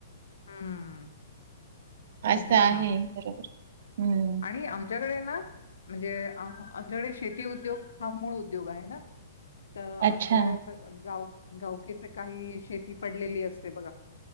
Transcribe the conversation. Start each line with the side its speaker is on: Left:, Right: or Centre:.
Left: हम्म
Right: असं
Left: अगदी
Right: आहे
Left: छान
Right: बरोबर. हम्म
Left: आणि आमच्याकडे ना म्हणजे आमच्या कडे शेती उद्योग हा मूळ उद्योग आहे ना तर
Right: अच्छा
Left: आमच्याकडे असं गाव गावकीचे काही शेती पडलेली असते बघा